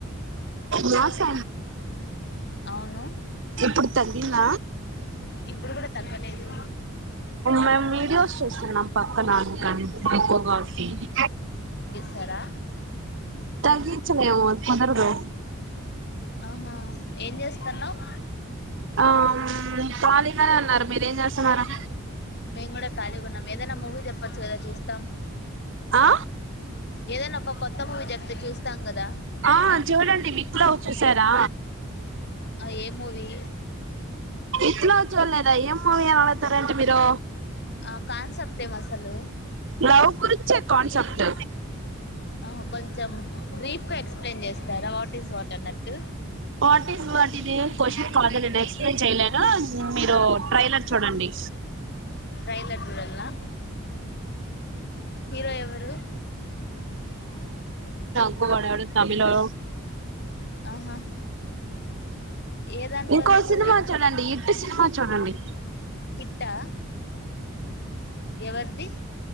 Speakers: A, on the right (about 60°); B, on the left (about 50°).
A: న్సజ
B: అవును
A: ఎప్పుడు తలిన
B: ఇప్పుడు కూడా తగగలేదు
A: మేము వీడియోస్ చూస్తున్నాం పక్క నాన్న కానీ ఎక్కువగా వస్తుంది
B: సార
A: తగించలేమ కొందరుగా
B: ఆహా ఏం చేస్తున్నావ్
A: ఆ కాాల ఉన్నారు మీరేం చేస్తున్నారుా
B: మేము కూడా ఖాళీగా ఉన్నాం ఏదైనా మూవీ చెప్పచ్చు కదా చూస్తాం
A: ఆ
B: ఏదైనా ఒక కొత్త మూవీ చెప్తే చూస్తాం కదా
A: ఆ చూడండి విత్రలావు్ చూసారా
B: ఆ ఏ మూవీ
A: ఇట్లా చూడలేదా ఏం పోూమి ఏ అలాతారంటే మీరు
B: ఆ కన్ సప్తే మసలు
A: లవ్ గురించే కాన్సెప్ట్
B: ఆ కొంచెం బ్రీఫ్గా ఎక్ ఎప్లెయిన్ చేస్తారా వాట్ ఈస్ వాటర్ అన్నట్టు
A: వాట్ ఇస్ వాట్ ఇది క్వశ్చన్ కాదు నేను ఎక్స్ప్లెయిన్ చెయలేను మీరు ట్రైలర్ చూడండి
B: ట్రైలర్ చూడాలనా హీరో ఎవరు
A: డ ఎడ తమిళడ
B: ఆహా ఏ దాంట్లో
A: ఇంకో
B: ఉంది మూవీ
A: సినిమా చూడండి ఇటు సినిమా చూడండి
B: ఇట్టా ఎవరిది